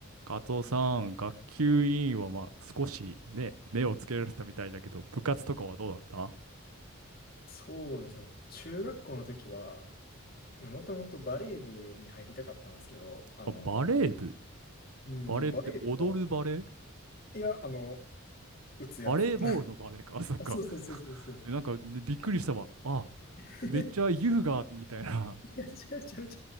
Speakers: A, on the right; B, on the left.
A: カツオさん、学級委員はまあ少しね、目をつけられてたみたいだけど、部活とかはどうだった
B: そうですね。中学校の時は、もともとバレー部に入りたかったんですけど、あの、
A: あ、バレー部
B: うん、
A: バレーって踊るバレー
B: でもバレー部が、いや、あの、打つやつ。
A: バレーボールのバレーか。
B: <laughs>
A: <laughs> あ、そっか。
B: あ、そうそうそうそうそう。
A: <laughs> えなんか、ねびっくりしたわ。あ、
B: <laughs>
A: めっちゃ優雅みたいな。
B: いや、
A: <laughs>
B: 違う違う